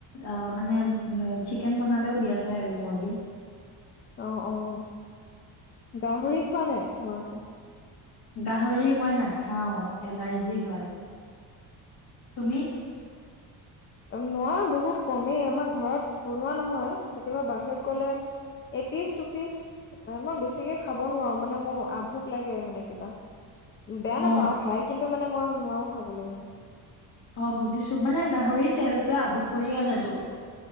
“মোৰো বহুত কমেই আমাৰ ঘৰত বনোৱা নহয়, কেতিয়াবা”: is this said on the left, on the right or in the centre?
Left